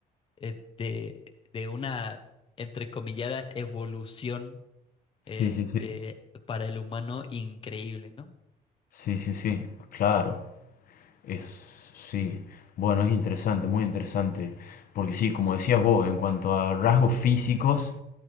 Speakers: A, on the left; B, on the left.
A: eh, de, de una entrecomillada evolución, este,
B: sí, sí, sí,
A: para el humano increíble, ¿no?
B: sí, sí, sí, claro, es, sí, bueno, es interesante, muy interesante, porque sí, como decías vos, en cuanto a rasgos físicos,